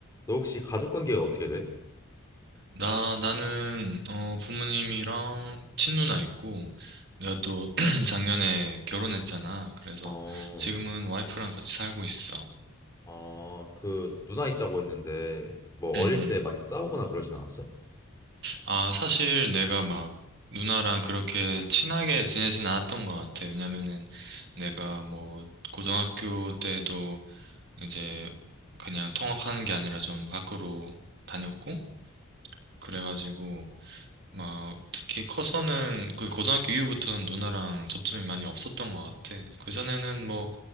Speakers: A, on the left; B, on the right.
A: 너 혹시 가족 관계가 어떻게 돼?
B: 나, 나는, 어, 부모님이랑 친누나 있고, 내가 또 <clears throat> 작년에 결혼했잖아. 그래서
A: 어,
B: 지금은 와이프랑 같이 살고 있어.
A: 아, 그 누나 있다고 했는데 뭐
B: 응,
A: 어릴
B: 응.
A: 때 많이 싸우거나 그러진 않았어?
B: 아, 사실 내가 막 누나랑 그렇게 친하게 지내진 않았던 것 같아. 왜냐면은 내가 뭐 고등학교 때도 이제 그냥 통학하는 게 아니라 좀 밖으로 다녔고, 그래가지고 막 특히 커서는 그 고등학교 이후부터는 누나랑 접점이 많이 없었던 것 같아. 그전에는 뭐